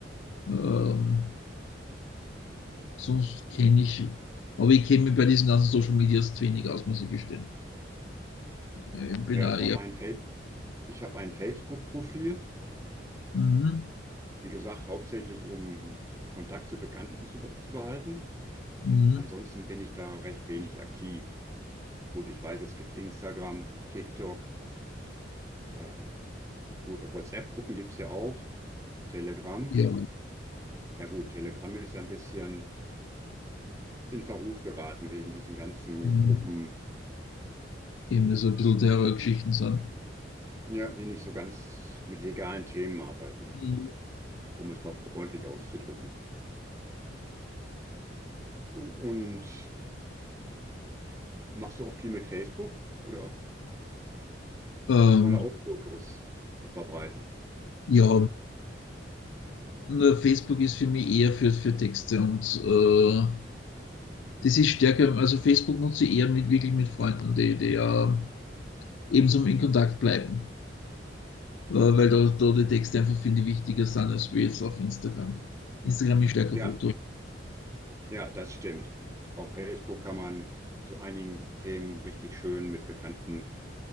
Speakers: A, on the left; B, on the right.
A: ähm, sonst kenne ich, aber ich kenne mich bei diesen ganzen Social Medias zu wenig aus, muss ich gestehen. Äh, Ich bin
B: Ja,
A: auch
B: ich
A: eher,
B: habe ein Fa- ich habe ein Facebook-Profil,
A: mhm,
B: wie gesagt, hauptsächlich um Kontakt zu Bekannten zu, be- zu behalten.
A: mhm,
B: Ansonsten bin ich da recht wenig aktiv. Gut, ich weiß, es gibt Instagram, TikTok, äh, gut, WhatsApp-Gruppen gibt's ja auch, Telegram.
A: ja,
B: Ja gut, Telegram ist ja ein bisschen in Verruf geraten wegen diesen ganzen
A: mhm,
B: Gruppen,
A: eben das so ein bisschen Terrorgeschichten sind.
B: ja, die nicht so ganz mit legalen Themen arbeiten,
A: Mhm.
B: um es mal freundlich auszudrücken. Und machst du auch viel mit Facebook? Oder
A: Ähm,
B: da kann man auch Fotos verbreiten.
A: ja, Nur Facebook ist für mich eher für, für Texte und äh, das ist stärker, also Facebook nutze ich eher mit wirklich mit Freunden, die, die ja ebenso in Kontakt bleiben. Äh, weil da, da die Texte einfach finde ich wichtiger sind als wir jetzt auf Instagram. Instagram ist stärker
B: Ja,
A: Foto.
B: ja, das stimmt. Auf Facebook kann man zu einigen Themen richtig schön mit Bekannten